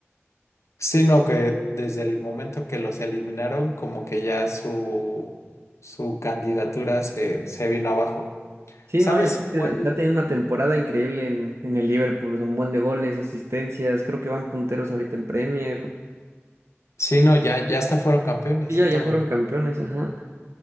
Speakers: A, on the left; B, on the right.
A: Sino que desde el momento que los eliminaron, como que ya su, su candidatura se, se vino abajo.
B: Sí,
A: ¿Sabes?
B: no, y aparte
A: Igual.
B: está teniendo una temporada increíble en, en el Liverpool, son buen de goles, asistencias, creo que van punteros ahorita en Premier.
A: Sí, no, ya, ya hasta fueron campeones
B: Sí, ya,
A: y todo.
B: ya fueron campeones, ajá.